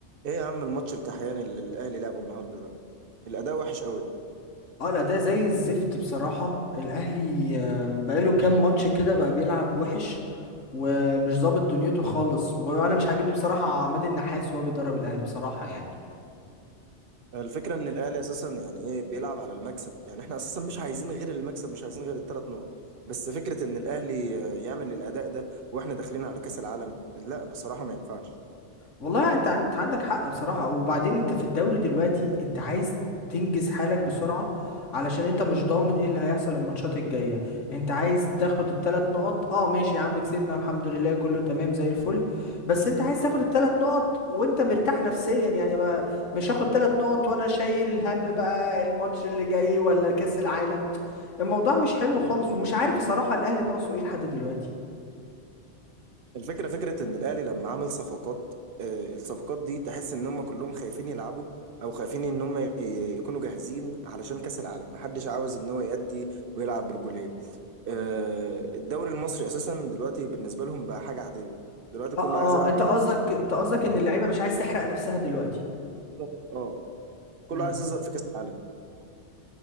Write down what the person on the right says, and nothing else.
ايه يا عم الماتش الكحيان اللي الاهلي لعبه النهارده ده الاداء وحش قوي
الفكره ان الاهلي اساسا يعني ايه بيلعب على المكسب يعني احنا اساسا مش عايزين غير المكسب مش عايزين غير الثلاث نقط بس فكره ان الاهلي آه، يعمل الاداء ده واحنا داخلين على كاس العالم لا بصراحه ما ينفعش
الفكره فكره ان الاهلي لما عمل صفقات آه، الصفقات دي تحس ان هم كلهم خايفين يلعبوا او خايفين ان هم ي- يكونوا جاهزين علشان كاس العالم محدش عاوز ان هو يأدي ويلعب برجوليه آه، الدوري المصري اساسا دلوقتي بالنسبه لهم بقى حاجه عاديه دلوقتي كله
عايز يلعب
ب-
بالنسبه
لهم
بالظبط اه كله
عايز يظهر في كاس العالم